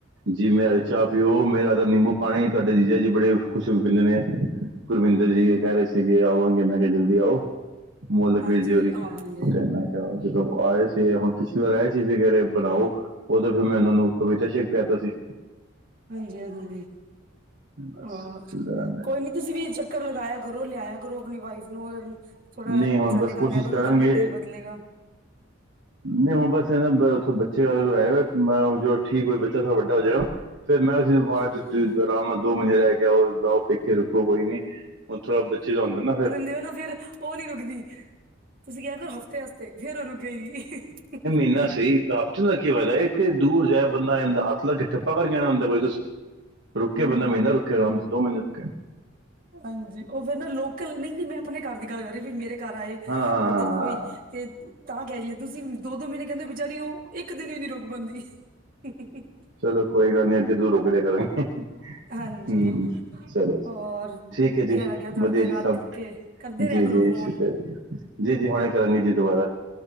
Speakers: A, on the right; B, on the right.
A: ਜੀ ਮੈਂ ਅ ਚਾਹ ਪੀਓ ਮੇਰਾ ਹੱਥ ਦਾ ਨਿੰਬੂ ਪਾਣੀ ਤੁਹਾਡਾ ਜੀਜਾ ਜੀ ਬੜੇ ਖੁਸ਼ ਪੀਦੇ ਨੇ। ਗੁਰਵਿੰਦਰ ਜੀ ਕਹਿ ਰਹੇ ਸੀਗੇ ਆਵਾਂਗੇ ਮੈਂ ਕਿਹਾ ਜਲਦੀ ਆਓ। <unintelligible>
B: ਹਾਂਜੀ ਆਵਾਂਗੇ
A: ਜਦੋਂ ਆਏ ਸੀ ਹੁਣ ਪਿਛਲੀ ਵਾਰ ਆਏ ਸੀ ਫਿ ਕਹਿਰੇ ਬਣਾਓ ਉਦੋਂ ਫਿਰ ਮੈਂ ਉਹਨਾਂ ਨੂੰ ਪਪੀਤਾ ਸ਼ੇਕ ਪਿਆ ਤਾ ਸੀ।
B: ਹਾਂਜੀ-ਹਾਂਜੀ
A: ਬਸ
B: ਹਾਂ
A: ਚੱਲਦਾ ਰਹਿੰਦਾ
B: ਕੋਈ ਨੀ ਤੁਸੀਂ ਵੀ ਚੱਕਰ ਲਗਾਇਆ ਕਰੋ ਲਿਆਇਆ ਕਰੋ ਆਪਣੀ ਵਾਈਫ ਨੂੰ ਥੋੜਾ
A: ਨਹੀਂ ਹੁਣ
B: ਸਾਡੇ
A: ਬਸ
B: ਘਰ
A: ਕੋਸ਼ਿਸ਼
B: ਲੈ ਕਰ
A: ਕਰਾਂਗੇ
B: ਥੋੜਾ ਦਿਲ ਬਦਲੇਗਾ।
A: ਨਹੀਂ ਹੂੰ ਬਸ ਨ ਬਸ ਬ ਅੱ ਗੱਲ ਮੈਂ ਹ ਜਦ ਠੀਕ ਹੋਈ ਬੱਚਾ ਵੱਡਾ ਹੋ ਜਾਵੇਗਾ ਫਿਰ ਮੈਂ ਤੁਸੀ
B: ਹੂੰ
A: ਅਰਾਮ ਨਾਲ ਦੋ ਮਈਨੇ ਰਹਿ ਕੇ ਆਓ ਬਓ ਪੇਕੇ ਰੁੱਕੋ ਕੋਈ, ਨੀ ਹੁਨ ਥੋੜਾ ਬੱਚੇ ਦਾ ਹੁੰਦਾ ਨਾ ਫ਼ਰ।
B: ਦੇਖ ਲਓ ਫੇਰ ਉਹ ਨੀ ਰੁਕਦੀ ਤੁਸੀਂ ਕਿਆ ਕਰੋ ਹਫ਼ਤੇ ਵਸਤੇ ਫੇਰ ਉਹ ਰੁਕੇਗੀ। <inaudible>
A: ਨਾ ਸੀ ਥੇ ਦਾ ਕੀ ਫਾਇਦਾ ਏ ਇੱਥੇ ਦੂਰ ਜਾਏ ਬੰਦਾ ਇਂਦਾ ਹੱਥ ਲੱਕੇ ਠੱਪਾ ਕਰਕਾ ਆਣਾ ਹੁੰਦਾ। ਕੋਈ ਦੱਸ ਰੁਕੇ
B: ਹੂੰ
A: ਬੰਦਾ ਮਹੀਨਾ ਰੁਕੇ ਆਰਾਮ ਦੋ ਮਹੀਨੇ ਰੁਕੇ
B: ਹਾਂਜੀ, ਉਹ ਫਿਰ ਨਾ ਲੋਕਲ ਨਈ ਨਈ ਮੈਂ ਆਪਣੇ ਘਰ ਦੀ ਗੱਲ ਕਰ ਰਹੀ ਵੀ ਮੇਰੇ ਘਰ ਆਏ
A: ਹਾਂ ਹਾਂ ਹਾਂ
B: ਉੱਧਰ ਤੋਂ ਈ ਤੇ ਤਾਂ ਕਹਿ ਰੀਏ ਤੁਸੀਂ ਦੋ ਦੋ ਮੀਨੇ ਕਹਿੰਦੇ ਬਚਾਰੀ ਉਹ ਇੱਕ ਦਿਨ ਵੀ ਨੀ ਰੁਕ ਪਾਂਦੀ। <inaudible>
A: ਚਲੋ ਕੋਈ ਗੱਲ ਨੀ ਅੱਗੇ ਤੋ ਰੋਕ ਦਿਆ ਕਰਾਂਗੇ। <inaudible>
B: ਹਾਂਜੀ
A: ਹੂੰ ਚਲੋ
B: ਹੋਰ ਵਧੀਆ
A: ਠੀਕ ਹੈ ਜੀ
B: ਲੱਗਿਆ ਤੁਹਾਡੇ
A: ਵਧੀਆ
B: ਨਾਲ
A: ਜੀ
B: ਗੱਲ
A: ਸਭ
B: ਕਰਕੇ ਕਰਦੇ ਰਿਹਾ
A: ਜੀ-ਜੀ
B: ਕਰੋ ਫੋਨ
A: ਸ਼ੁਕਰ ਜੀ-ਜੀ ਹੁਣੇ ਕਰਾਂਗੇ ਜੀ ਦੁਬਾਰਾ।